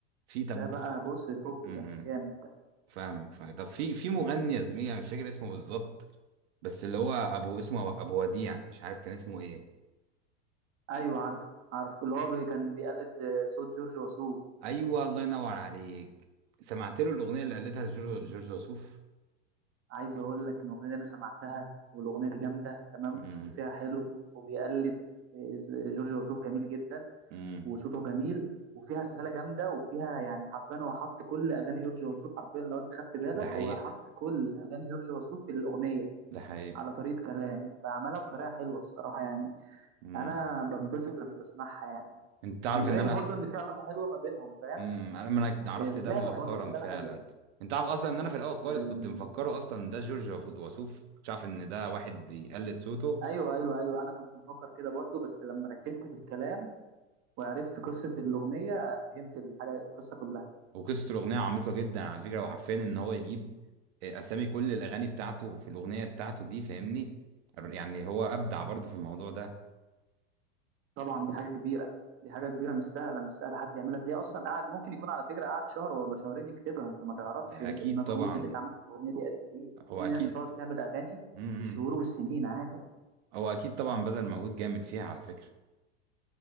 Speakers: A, on the right; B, on the right.
A: في طب
B: ده بقى بص توب
A: امم
B: ده جامد ده
A: فاهمك فاهمك طب في في مغني يا زميلي انا مش فاكر اسمه بالظبط بس اللي هو ابو اسمه ابو وديع مش عارف كان اسمه ايه
B: ايوه عارفه عارفه اللي هو بي- كان بيقلد زي صوت جورج وسوف
A: ايوه الله ينور عليك سمعت له الاغنيه اللي قالتها لجورج جورج وسوف
B: عايز اقول لك ان الاغنيه دي انا سمعتها والاغنيه دي جامده تمام
A: امم
B: وصوتي فيها حلو وبيقلد آه، جورج وسوف جميل جدا
A: امم
B: وصوته جميل وفيها رساله جامده وفيها يعني حرفيا هو حط كل اغاني جورج وسوف حرفيا لو انت خدت بالك
A: ده حقيقه
B: هو حط كل اغاني جورج وسوف في الاغنيه
A: ده حقيقه
B: على طريقه كلام فعملها بطريقه حلوه الصراحه يعني
A: امم
B: انا بنبسط لما بسمعها يعني
A: انت تعرف
B: بيبين
A: ان انا
B: برضو ان في علاقه حلوه ما بينهم فاهم
A: امم انا ما أنا عرفت
B: إيه، رساله
A: ده مؤخرا
B: برضو رساله
A: فعلا
B: حلوه ده
A: انت عارف اصلا ان انا في الاول خالص
B: يعني
A: كنت مفكره اصلا ده جورج وف- وسوف كنت عارف ان ده واحد بيقلد صوته
B: ايوه ايوه ايوه انا كنت مفكر كده برضو بس لما ركزت في الكلام وعرفت قصه الاغنيه فهمت الحاجه القصه كلها
A: وقصه الاغنيه عميقه جدا على فكره وحرفيا ان هو يجيب آه، اسامي كل الاغاني بتاعته في الاغنيه بتاعته دي فاهمني يعني هو ابدع برضه في الموضوع ده
B: طبعا دي حاجه كبيره دي حاجه كبيره مش سهله مش سهله حد يعملها تلاقيه اصلا قاعد ممكن يكون على فكره قاعد شهر ولا شهرين يكتبها انت ما تعرفش
A: اكيد
B: المجهود
A: طبعا
B: اللي اتعمل في الاغنيه دي قد ايه يعني
A: هو
B: في
A: اكيد
B: ناس بتقعد تعمل اغاني
A: امم امم،
B: بالشهور والسنين عادي
A: هو اكيد طبعا بذل مجهود جامد فيها على فكره